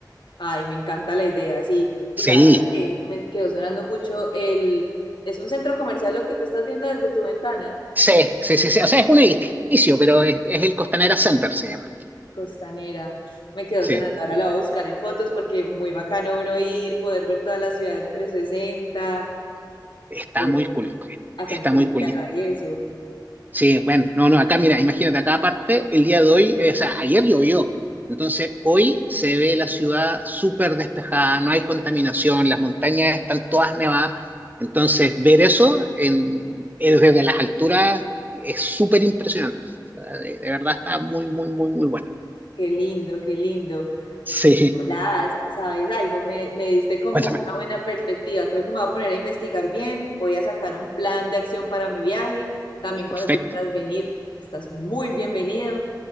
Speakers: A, on the left; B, on the right.
A: Ay, me encanta la idea, sí. Y sabes
B: Sí.
A: que me quedó sonando mucho el... Es un centro comercial lo que tú estás viendo desde tu ventana.
B: Sí, sí, sí, sí. O sea, es un edificio, pero es, es el Costanera Center, se llama.
A: Costanera. Me quedó
B: Sí,
A: sonando, ahora la voy a buscar en fotos porque muy bacano uno ir, poder ver toda la ciudad en 360.
B: está
A: No,
B: muy cool.
A: acá
B: Está
A: en Colombia
B: muy cool.
A: no hay eso.
B: Sí, bueno, no, no, acá, mira, imagínate, acá aparte, el día de hoy, eh, o sea, ayer llovió. Entonces, hoy se ve la ciudad súper despejada, no hay contaminación, las montañas están todas nevadas. Entonces, ver eso en- eh, desde las alturas es súper impresionante. O sea, de, de verdad está muy, muy, muy, muy bueno.
A: Qué lindo, qué lindo.
B: Sí,
A: Hola, ¿sabes algo? Me, me diste como
B: cuéntame.
A: una buena perspectiva. Creo que me voy a poner a investigar bien. Voy a sacar un plan de acción para mi viaje. También cuando
B: Perfecto.
A: tú quieras venir, estás muy bienvenido.